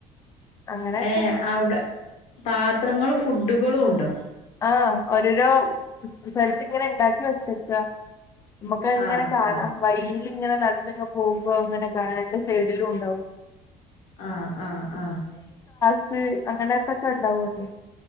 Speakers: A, on the left (about 25°); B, on the left (about 60°).
A: അങ്ങനെയൊക്കെ
B: ഏ അവുടെ പാത്രങ്ങളും ഫു ഡുകളും ഉണ്ടോ?
A: ആഹ് ഓരോരോ സ് സ്ഥലത്ത് ഇങ്ങനെ ഇണ്ടാക്കി വെച്ചേക്ക നമ്മക്കത് ഇങ്ങനെ
B: ആഹ്
A: കാണാം
B: ആഹ്
A: വഴീ ല് ഇങ്ങനെ നടന്നിങ്ങ് പോകുമ്പോ ഇങ്ങനെ കാണ രണ്ട് സൈഡിലും ഇണ്ടാവും
B: ആഹ് ആഹ് ആഹ്
A: <unintelligible> അങ്ങനത്തൊക്കെ ഇണ്ടാവല്ലോ?